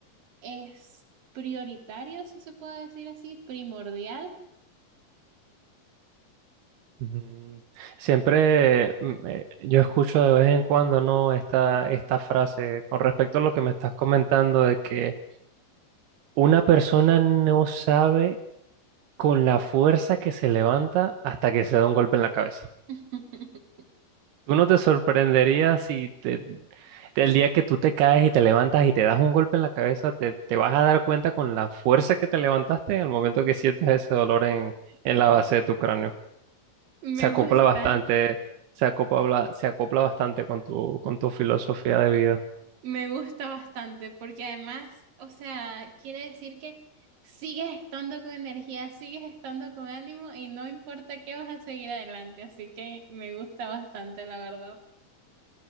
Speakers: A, on the right; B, on the right.
A: es prioritario, si se puede decir así, primordial.
B: Ujú. Siempre mm, eh, yo escucho de vez en cuando, ¿no? Esta, esta frase con respecto a lo que me estás comentando de que una persona no sabe con la fuerza que se levanta hasta que se da un golpe en la cabeza.
A: <laughs>
B: Tú no te sorprenderías si te- el día que tú te caes y te levantas y te das un golpe en la cabeza, te, te vas a dar cuenta con la fuerza que te levantaste en el momento que sientas ese dolor en, en la base de tu cráneo. Se
A: Me
B: acopla
A: gusta,
B: bastante, se acopla, se acopla bastante con tu, con tu filosofía de vida.
A: me gusta bastante, porque además, o sea, quiere decir que sigues estando con energía, sigues estando con ánimo y no importa qué vas a seguir adelante, así que me gusta bastante, la verdad.